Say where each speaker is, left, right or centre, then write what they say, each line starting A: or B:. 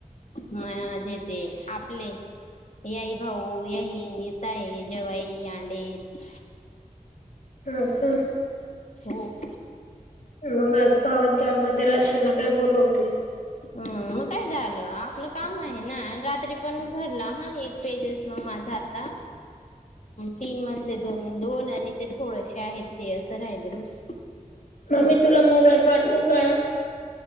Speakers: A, on the left; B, on the left.
A: मजे तेे आपल्या पुले याई भाऊ याईन येत आहे जवई अंडेर
B: हम हम
A: हो
B: मग आज पावन चार मध्ये राशील ना काही बोलवते
A: ह मग काय झालं आपलं काम आहे ना रात्री पण मी भरला हा एक पेजेस मा जाता तीन मधले दोन दोन आणि ते थोडसे आहेत ते असं राहिल बस
B: आ मी तुला मोबाईल पाठवू का